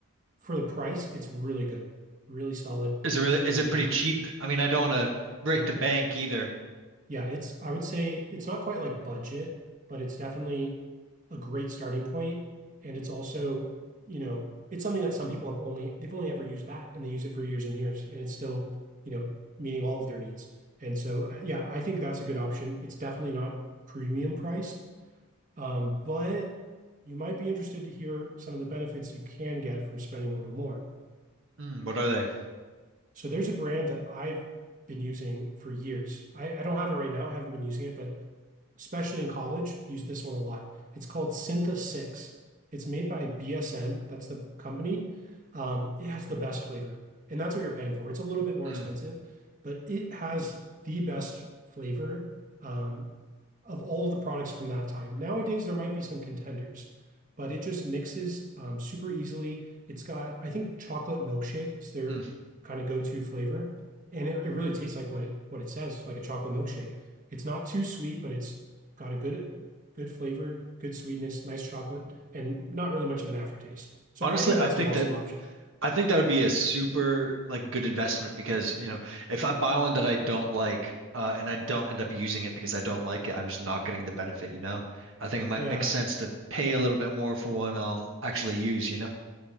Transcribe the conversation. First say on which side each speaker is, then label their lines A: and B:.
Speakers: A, on the right; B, on the right.
A: For the price, it's really good. Really solid,
B: Is
A: good
B: it really,
A: flavor.
B: is it pretty cheap? I mean, I don't want to break
A: Yeah.
B: the bank either.
A: Yeah, it's I would say it's not quite like budget, but it's definitely a great starting point. And it's also, you know, it's something that some people have only they've only ever used that and they use it for years and years and it's still, you know, meeting all of their needs. And so uh, yeah, I think that's a good option. It's definitely not premium priced, um, but you might be interested to hear some of the benefits you can get from spending a little more.
B: Mm, what are they?
A: So there's a brand that I've been using for years. I, I don't have it right now. I haven't been using it, but especially in college, use this one a lot. It's called Syntha 6. It's made by BSN, that's the company. Um, it has the best flavor, and that's what you're paying for. It's a little bit more
B: Mm,
A: expensive, but it has the best flavor um, of all of the products from that time. Nowadays, there might be some contenders, but it just mixes um, super easily. It's got, I think, chocolate milkshake is their
B: mm.
A: kind of go-to flavor, and it, it really tastes like what it what it says, like a chocolate milkshake. It's not too sweet, but it's got a good good flavor, good sweetness, nice chocolate, and not really much of an aftertaste. So
B: Honestly,
A: I think
B: I
A: that's
B: think
A: an awesome
B: that
A: option.
B: I think that would be a super like good investment because, you know, if I buy one that I don't like uh, and I don't end up using it because I don't like it, I'm just not getting the benefit, you know? I think it might
A: Yeah,
B: make sense to pay a little bit more for one I'll actually use, you know?